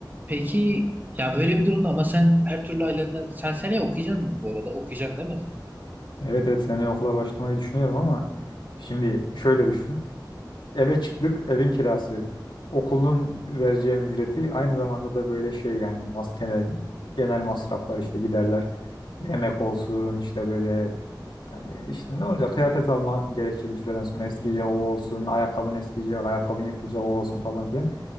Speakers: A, on the right; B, on the left.
A: Peki ya böyle bir durumda ama sen her türlü ailenden sen seneye okuyacaksın mı bu arada? Okuyacaksın değil mi?
B: Evet evet seneye okula başlamayı düşünüyorum ama şimdi şöyle düşün. Eve çıktık, evin kirası, okulun vereceğim ücreti aynı zamanda da böyle şey yani mas genel, genel masraflar işte giderler. Yemek olsun işte böyle yani işte ne olacak kıyafet alma gerekecek bir süreden sonra eskiyecek o olsun, ayakkabın eskiyecek, ayakkabın yırtılacak o olsun falan filan.